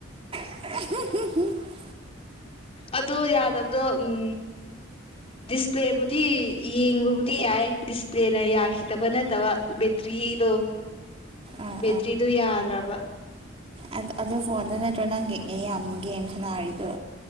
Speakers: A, on the right; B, on the left.
A: <unintelligible>
B: ꯑꯗꯣ ꯌꯥꯗꯕꯗꯣ ꯎꯝ ꯗꯤꯁꯄ꯭ꯂꯦꯕꯨꯗꯤ ꯌꯦꯡꯕꯕꯨꯗꯤ ꯌꯥꯏ ꯗꯤꯁꯄ꯭ꯂꯦꯅ ꯌꯥꯈꯤꯗꯕꯗꯤ ꯅꯠꯇꯕ ꯕꯦꯇ꯭ꯔꯤꯗꯣ
A: ꯑꯥ
B: ꯕꯦꯇ꯭ꯔꯤꯗꯨ ꯌꯥꯗ꯭ꯔꯕ
A: ꯑꯗꯨ ꯑꯗꯨ ꯐꯣꯟꯗꯣ ꯅꯠꯇ꯭ꯔꯣ ꯅꯪꯒꯤ ꯑꯦꯌꯥꯝ ꯒꯦꯝ ꯁꯅꯥꯔꯤꯗꯣ